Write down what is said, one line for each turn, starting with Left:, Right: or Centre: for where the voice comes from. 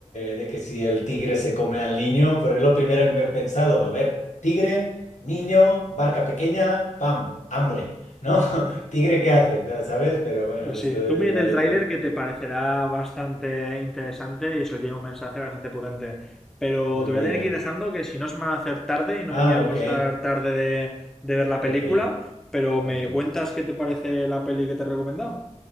Left: de que si el tigre se come al niño, pero es lo primero que me he pensado. A ver, tigre, niño, barca pequeña, pam, hambre, ¿no? <laughs> Tigre, ¿qué hace? ¿Sabes? Pero bueno,
Centre: Pues
Left: esto
Centre: sí,
Left: igual,
Centre: tú mírate el tráiler
Left: igual
Centre: que te parecerá bastante interesante y eso tiene un mensaje bastante potente. Pero
Left: lo
Centre: te voy
Left: miro.
Centre: a tener que ir dejando que si no se me va a hacer tarde y no
Left: Ah,
Centre: me quiero acostar
Left: ok,
Centre: tarde de, de ver la película,
Left: ok,
Centre: pero me
Left: ok.
Centre: cuentas qué te parece la peli que te he recomendado.